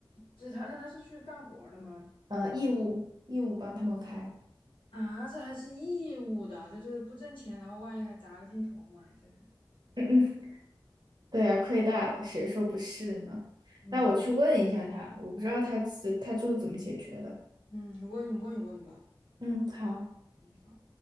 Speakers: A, on the left (about 80°); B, on the right (about 55°).
A: 这他他他是去干活儿的吗？
B: 呃，义务义务帮他们拍。
A: 啊，这还是义务的，这这不挣钱，然后万一还砸个镜头嘛，这是，
B: <clears throat> 对啊，亏大了，谁说不是呢？
A: 嗯
B: 那我去问一下他，我不知道他是他最后怎么解决的。
A: 嗯，你问你问一问吧，
B: 嗯，好。
A: 嗯，好。